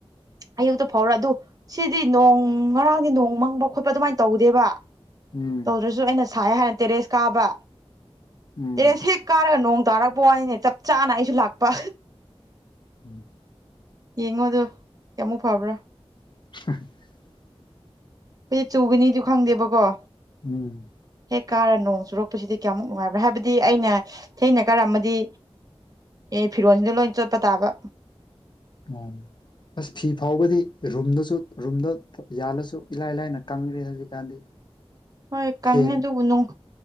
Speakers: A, on the right; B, on the left.
A: ꯑꯌꯨꯛꯇ ꯐꯧꯔ ꯑꯗꯨ ꯁꯤꯗꯤ ꯅꯣꯡ ꯉꯔꯥꯡꯗꯤ ꯅꯣꯡ ꯃꯪꯕ ꯈꯣꯠꯄ ꯑꯗꯨꯃꯥꯏꯅ ꯇꯧꯗꯦꯕ
B: ꯎꯝ
A: ꯇꯧꯗ꯭ꯔꯁꯨ ꯑꯩꯅ ꯁꯥꯏ ꯍꯥꯏꯅ ꯇꯦꯔꯦꯁ ꯀꯥꯕ
B: ꯎꯝ
A: ꯇꯦꯔꯦꯁ ꯍꯦꯛ ꯀꯥꯔꯒ ꯅꯣꯡ ꯇꯥꯔꯛꯄ ꯋꯥꯅꯤꯅꯦ ꯆꯞ ꯆꯥꯅ ꯑꯩꯁꯨ ꯂꯥꯛꯄ
B: ꯎꯝ
A: ꯌꯦꯡꯉꯣ ꯑꯗꯨ ꯀꯌꯥꯃꯨꯛ ꯐꯕ꯭ꯔꯥ
B: <unintelligible>
A: ꯈꯣꯏꯗꯤ ꯆꯨꯒꯅꯤꯖꯨ ꯈꯪꯗꯦꯕꯀꯣ
B: ꯎꯝ
A: ꯍꯦꯛ ꯀꯥꯔ ꯅꯣꯡ ꯆꯨꯔꯛꯄꯁꯤꯗꯤ ꯀꯌꯥꯃꯨꯛ ꯅꯨꯡꯉꯥꯏꯕ꯭ꯔꯥ ꯍꯥꯏꯕꯗꯤ ꯑꯩꯅ ꯊꯦꯡꯅ ꯀꯥꯔꯝ ꯃꯗꯤ ꯑꯦ ꯐꯤꯔꯣꯟꯖꯨ ꯂꯣꯏ ꯆꯣꯠꯄ ꯇꯥꯕ
B: ꯎꯝ ꯑꯁ ꯐꯤ ꯐꯥꯎꯕꯗꯤ ꯔꯨꯝꯗꯁꯨ ꯔꯨꯝꯗ ꯌꯥꯜꯂꯁꯨ ꯏꯂꯥꯏ ꯂꯥꯏꯅ ꯀꯪꯒ꯭ꯔꯦ ꯍꯧꯖꯤꯛꯀꯥꯟꯗꯤ
A: ꯍꯣꯏ ꯀꯪꯉꯦ
B: ꯐꯦꯟ
A: ꯑꯗꯨꯕꯨ ꯅꯣꯡ